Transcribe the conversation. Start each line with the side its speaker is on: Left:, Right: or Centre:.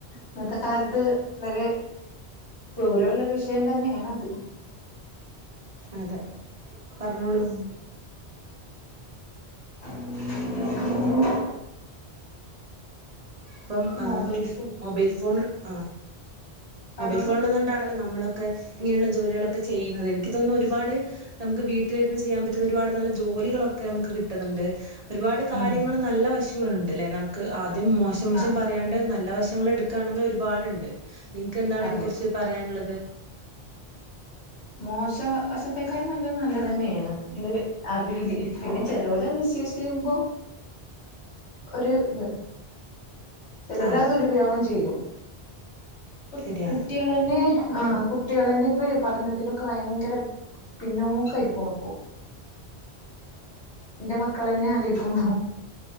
Left: ഇന്നത്തെ കാലത്ത് വരെ ഗൗരവമുള്ള ഒരു വിഷയം തന്നെയാണ് അത്
Right: അതെ പറഞ്ഞോളൂ
Left: ഉം <inaudible>
Right: ഇപ്പം ആഹ്
Left: മൊബൈൽ ഫോൺ
Right: മൊബൈൽ ഫോണ് ആഹ്
Left: പറഞ്ഞോളൂ
Right: മൊബൈൽ ഫോൺള്ളത് കൊണ്ടാണല്ലോ നമ്മളൊക്കെ ഇങ്ങനെയുള്ള ജോലികളൊക്കെ ചെയ്യുന്നത് എനിക്ക് തോന്നുന്നു ഒരുപാട് നമുക്ക് വീട്ടിലിരുന്ന് ചെയ്യാൻ പറ്റുന്ന ഒരുപാട് നല്ല ജോലികളൊക്കെ നമുക്ക് കിട്ടുന്നുണ്ട് ഒരുപാട് കാര്യങ്ങളും
Left: ഉം
Right: നല്ല വശങ്ങളുണ്ട്ല്ലേ നമുക്ക് ആദ്യം മോശം പക്ഷെ
Left: ആഹ്
Right: പ പ്രയാണ്ട് നല്ല വശങ്ങള് എട്ക്കായാണെങ്കിൽ ഒരുപാടുണ്ട് നിൻക്ക് എന്താണ് അതിനെ
Left: അതെ
Right: കുറിച്ച് പറയാനുള്ളത്
Left: മോശ വശത്തേക്കായി നല്ലത് നല്ലതന്നേണ് ഇത് അറി വിധി പിന്നെ ചെലോലത് മിസ്സ്യൂസ് ചെയ്യുമ്പോ ഒരു ഇത് ചെലോൽ
Right: ആഹ്
Left: അത് ദുരുപയോഗം ചെയ്യും ഇപ്പൊ
Right: ശരിയാണ്
Left: കുട്ടികൾ ളന്നെ ആ കുട്ടികളന്നെ ഇപ്പൊ പഠനത്തിനൊക്കെ ഭയങ്കര പിന്നോക്കയിക്ക്ണുപ്പൊ
Right: <unintelligible>
Left: ഇന്റെ മക്കളന്നെ ആലോയിക്കുമ്പോ